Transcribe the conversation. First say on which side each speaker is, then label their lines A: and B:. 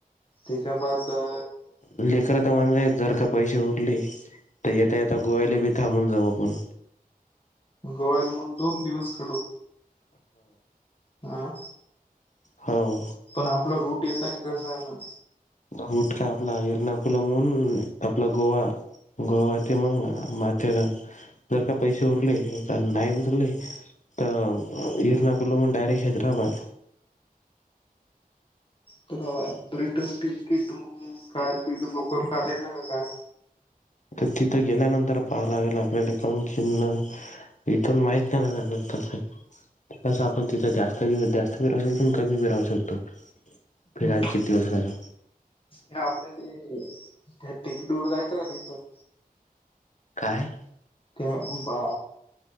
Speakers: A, on the left (about 35°); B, on the left (about 50°).
A: तेके बाद दोन
B: लेकरं तर म्हणलेत जर का पैसे उरले तर येता-येता, गोव्याले बी थांबून जाऊ आपण.
A: गोव्याले मग दोन दिवस काडू आं...
B: हाव.
A: पण आपला, रूट येतानी कसा आहे मग?
B: रूट काय आपला, एर्णा पूलावून आपला गोवा. गोवा ते मंग माथेरान. जर का पैसे उरले, येताना नाही गुजरले तर एरणा कुलाम्हून, डायरेक्ट हैदराबाद.
A: त गावात रिटर्न तिकीट म.. काढली तर लोकल काढायचं का काय?
B: तर तिथं गेल्यानंतर पाहायला लागेल आपल्याले खाऊन-खीणं इथून माहित नाही, ना जाणार कसं आहे? तसं आपण तिथं, जास्त दिवस जास्त बी राहू शकतो आणि कमी बी राहू शकतो. फिरायला
A: हम्
B: किती दिवस राहता?
A: हे आपल्याले, त्या टेकडीवर जायचं का तिथं?
B: काय?
A: त्या बा,